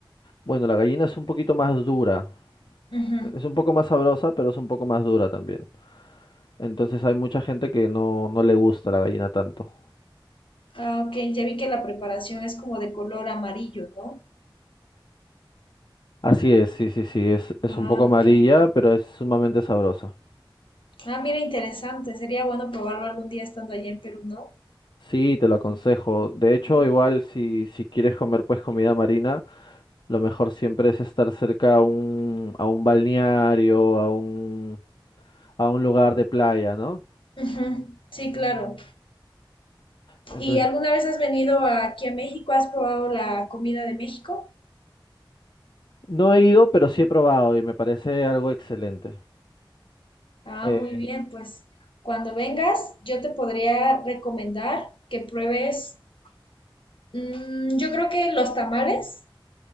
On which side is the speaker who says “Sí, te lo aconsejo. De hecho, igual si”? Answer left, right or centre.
Left